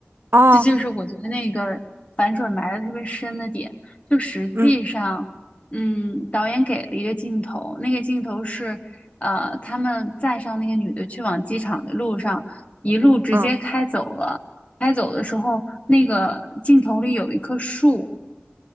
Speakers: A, on the right; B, on the left.
A: 哦，
B: 这就是我觉得那个反转埋的特别深的点。就实际上，
A: 嗯
B: 嗯，导演给了一个镜头，那个镜头是，呃，他们载上那个女的去往机场的路上，一路直接开走了。
A: 嗯
B: 开走的时候，那个镜头里有一棵树，